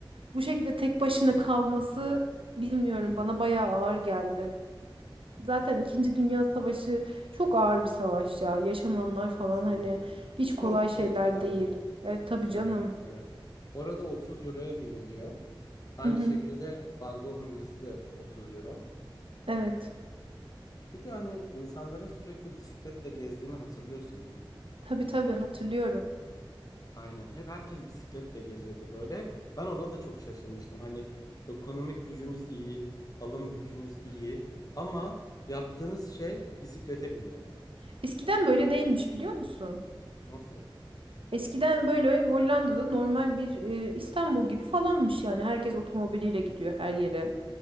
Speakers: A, on the right (about 80°); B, on the left (about 45°).
A: bu şekilde tek başına
B: hı hı,
A: kalması bilmiyorum
B: hı hı.
A: bana bayağı ağır geldi. Zaten İkinci Dünya Savaşı çok ağır bir savaş ya. Yaşananlar falan
B: Kesinlikle.
A: hani hiç
B: Çoğu
A: kolay
B: kişi
A: şeyler
B: etkilendi.
A: değil. Evet tabii
B: Evet,
A: canım.
B: evet. Orada 30 euroya giriliyor. Aynı
A: Hı hı.
B: şekilde Van Gogh Müzesi de 30 euro.
A: Evet.
B: Bir de hani insanların sürekli bisikletle gezdiğini hatırlıyorsun değil mi?
A: Tabii tabii hatırlıyorum.
B: Aynen. Hep herkes bisikletle geziyordu böyle. Ben ona da çok şaşırmıştım. Hani ekonomik gücünüz iyi, alım gücünüz iyi ama yaptığınız şey bisiklete binmek.
A: Eskiden böyle değilmiş biliyor musun?
B: Nasıl?
A: Eskiden böyle Hollanda'da normal bir e, İstanbul gibi falanmış yani. Herkes otomobiliyle gidiyor her yere.